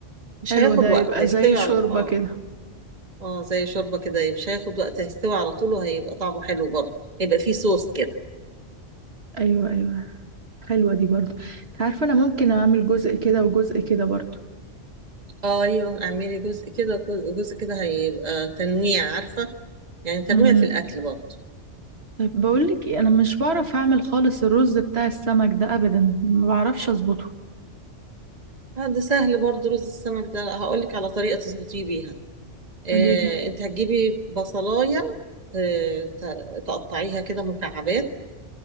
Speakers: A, on the right; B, on the right.
A: مش
B: حلو
A: هياخد
B: ده
A: وقت
B: يبقى
A: هيستوي
B: زي شوربة
A: على اه
B: كده
A: اه زي شوربه كده مش هياخد وقت هيستوي على طول وهيبقى طعمه حلو برضه هيبقى فيه صوص كده
B: ايوه ايوه حلوة دي برضو انت عارفة انا ممكن اعمل جزء كده وجزء كده برضو
A: اه ايوه اعملي جزء كده وكل- جزء كده هيبقى تنويع عارفه يعني تنويع
B: مم.
A: في الاكل برضه
B: طيب بقولك ايه انا مش بعرف اعمل خالص الرز بتاع السمك ده ابدا ما بعرفش اظبطه
A: آه، ده سهل برضه رز السمك ده هقول لك على طريقه تظبطيه بيها آه،
B: قليل
A: انت هتجيبي بصلاية ت- ت- تقطعيها كده مكعبات